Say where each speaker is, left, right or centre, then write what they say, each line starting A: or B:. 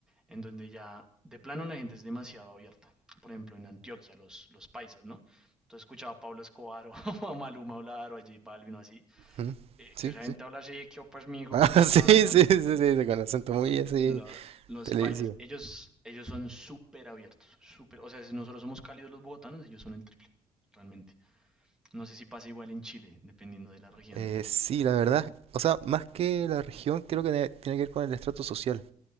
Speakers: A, in the centre; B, on the right (about 55°).
A: en donde ya de plano la gente es demasiado abierta. Por ejemplo, en Antioquia, los, los paisas, ¿no? Entonces escuchaba a Pablo Escobar <laughs> o o a Maluma hablar o a J Balvin o así.
B: ¿Mm?
A: eh,
B: Sí,
A: que esa
B: sí.
A: gente
B: <laughs>
A: habla así, que oh, pues mi hijo,
B: Ah,
A: ¿cómo está?
B: sí,
A: Tan...
B: sí, sí, sí, con acento muy
A: Lo-
B: así
A: lo- los
B: televisivo.
A: paisas, ellos, ellos son súper abiertos, súper, o sea, si nosotros somos cálidos los bogotanos, ellos son el triple, realmente. No sé si pasa igual en Chile, dependiendo de la región.
B: Eh, sí, la verdad, o sea, más que la región, creo que tiene tiene que ver con el estrato social.